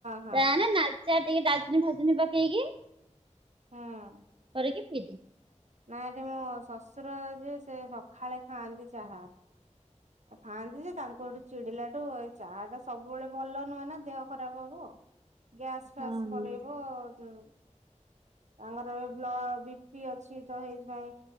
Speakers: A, on the right; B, on the right.
A: ହଁ
B: ତାହେନେ ନାଲି ଚା ଟିକେ ଡାଲଚିନି ଫାଲଚିନି ପକେଇକି
A: ହୁଁ।
B: କରିକି ପିଇଦିଏ।
A: ନା ଯେ ମୋ ଶଶୁର ଯିଏ ସିଏ ସଖାଳେ ଖାଆନ୍ତି ଚାହା। ଖାଆନ୍ତି ଯେ ତାଙ୍କୁ ହେଠୁ ଚିଡିଲାଠୁ ଏଇ ଚାହା ଟା ସବୁବେଳେ ଭଲ ନୁହେଁ ନା ଦେହ ଖରାପ ହବ। ଗ୍ୟାସ୍ ଫ୍ୟାସ୍
B: ହଁ।
A: କରେଇବ ଯୋ ତାଙ୍କର ବ୍ଲ ବିପି ଅଛି ତ ହେଇଥିପାଇଁ